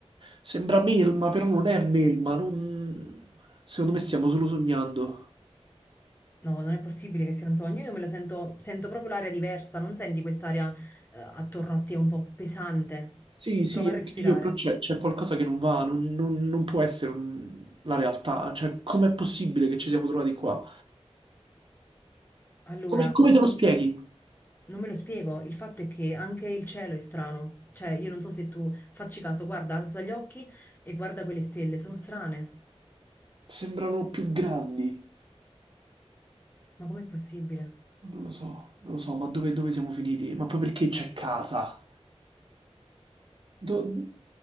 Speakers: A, on the right; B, on the left.
A: Sembra melma, però non è melma, non... Secondo me stiamo solo sognando.
B: No, non è possibile che sia un sogno. Io me lo sento, sento proprio l'aria diversa. Non senti quest'aria, eh, attorno a te un po' pesante?
A: Sì, sì,
B: Prova
A: anche
B: a respirare.
A: io, però c'è c'è qualcosa che non va, non, non- non può essere un- la realtà. Cioè, com'è possibile che ci siamo trovati qua?
B: Allora,
A: Come, come te lo spieghi?
B: Non me lo spiego, il fatto è che anche il cielo è strano, cioè io non so se tu facci caso, guarda, alza gli occhi e guarda quelle stelle, sono strane,
A: Sembrano più grandi.
B: ma com'è possibile?
A: Non lo so, non lo so, ma dove, dove siamo finiti? Ma poi perché c'è casa? Do-